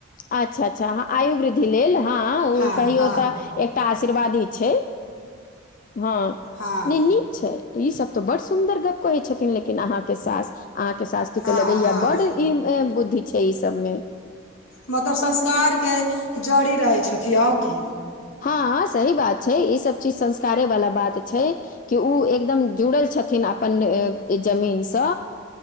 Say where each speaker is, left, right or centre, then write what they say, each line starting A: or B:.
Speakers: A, on the left; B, on the left.
A: अच्छा अच्छा आयु वृद्धि लेल हँ उऽ
B: हँ
A: कहियो
B: हँ
A: तऽ। एकटा आशीर्वादी छै <inaudible> हँ
B: हँ
A: नै नीक छै। ई सब तऽ बड सुन्दर गप्प कहै छथिन लेकिन आहाँ केँ सास अहाँ केँ सास केँ
B: हँ
A: तऽ लगैया
B: हँ
A: बड। ई एम बुद्धि छै ई सब में।
B: मतलब संस्कार केँ जड़ी रहै छथिन आगे।
A: हँ सही बात छै ई सब चीज संस्कारे वाला बात छै। कि उऽ एकदम जुड़ल छथिन अप्पन ए जमीन सँ।